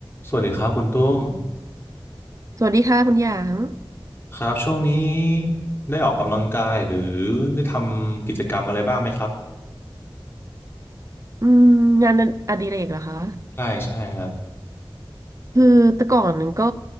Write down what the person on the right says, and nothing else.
สวัสดีค่ะคุณหยาง
อืมงานอดิเรกเหรอคะ
คือแต่ก่อนก็